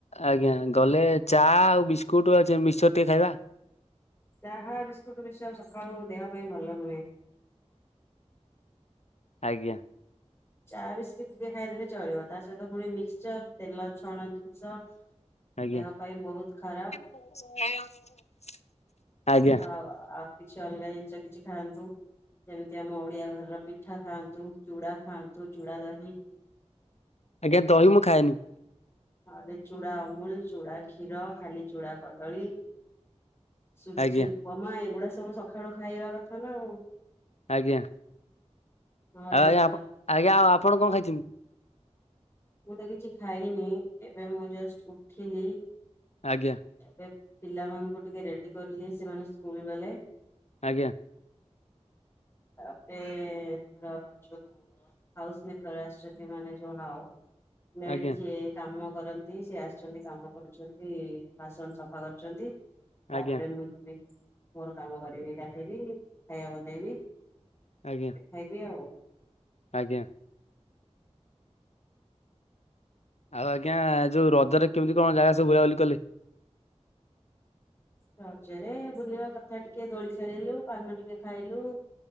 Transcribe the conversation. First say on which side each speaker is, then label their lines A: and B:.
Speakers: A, on the left; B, on the left.
A: ଆଜ୍ଞା ଗଲେ ଚା ଆଉ ବିସ୍କୁଟ ମିକ୍ସର ଟିକେ ଖାଇବା।
B: ଚାହା ବିସ୍କୁଟ ବି ସବୁ ସକାଳୁ ଦେହ ପାଇଁ ଭଲ ନୁହେଁ।
A: ଆଜ୍ଞା।
B: ଚା ବିସ୍କିଟ ଟିକେ ଖାଇଦେଲେ ଚଳିବ ତା ସହିତ ପୁଣି ମିକ୍ସଚର ତେଲ ଛଣା ଜିନିଷ।
A: ଆଜ୍ଞା
B: ଦେହ ପାଇଁ ବହୁତ ଖରାପ।
A: <unintelligible> ଆଜ୍ଞା
B: ଆଉ ଆଉ କିଛି ଅଲଗା ଜିନିଷ କିଛି ଖାଆନ୍ତୁ। ଯେମିତି ଆମ ଓଡିଆ ଘରର ପିଠା ଖାଆନ୍ତୁ, ଚୁଡ଼ା ଖାଆନ୍ତୁ, ଚୁଡ଼ା ଦହି।
A: ଆଜ୍ଞା ଦହି ମୁଁ ଖାଏନି।
B: ନହଲେ ଚୁଡ଼ା ଅମୁଲ, ଚୁଡ଼ା କ୍ଷୀର, ଖାଲି ଚୁଡ଼ା କଦଳୀ। ସୁଜି
A: ଆଜ୍ଞା
B: ଉପମା ଏଇଗୁଡା ସବୁ ସକାଳୁ ଖାଇବା କଥା ନା ଆଉ।
A: ଆଜ୍ଞା।
B: ନହେଲେ
A: ଆଉ ଆଜ୍ଞା
B: ସ
A: ଆପ୍ ଆଜ୍ଞା ଆଉ ଆପଣ କଣ ଖାଇଛନ୍ତି।
B: ମୁଁ ତ କିଛି ଖାଇନି। ଏବେ ମୁଁ ଜଷ୍ଟ ଉଠିଲି।
A: ଆଜ୍ଞା।
B: ଏବ୍ ପିଲାମାନଙ୍କୁ ଟିକେ ରେଡି କରଲିି ସେମାନେ ସ୍କୁଲ ଗଲେ।
A: ଆଜ୍ଞା।
B: ତାପରେ ଆମର ଯଉ ହାଉସ ମେକର ଆଶ୍ଚଛନ୍ତି ମାନେ ଯୋଡ଼ାଓ ମେଡ଼
A: ଆଜ୍ଞା
B: ଯିଏ। କାମ କରନ୍ତି ସିଏ ଆସିଛନ୍ତି କାମ କରୁଚ଼ନ୍ତି ବାସନ ସଫା କରୁଚ଼ନ୍ତି। ତାପରେ
A: ଆଜ୍ଞା
B: ମୁଁ ଯିବି ମୋର କାମ କରି ଗାଧେଇବି ଖାଇବା ବନେଇବି।
A: ଆଜ୍ଞା।
B: ଖାଇବି ଆଉ।
A: ଆଜ୍ଞା। ଆଉ ଆଜ୍ଞା ଯୋଉ ରଜରେ କେମିତି କଣ ଜାଗା ସବୁ ବୁଲାବୁଲି କଲେ।
B: ରଜରେ ବୁଲିବା କଥା ଟିକେ ଦୋଳି ଖେଳିଲୁ ପାନ ଟିକେ ଖାଇଲୁ।